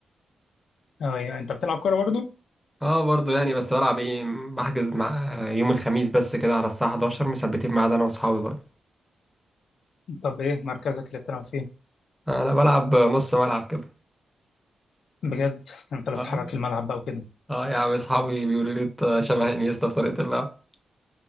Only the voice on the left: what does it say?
أيوة أنت بتلعب كورة برضو؟
طب إيه مركزك اللي بتلعب فيه؟
بجد أنت اللي
بتحرك الملعب بقى وكده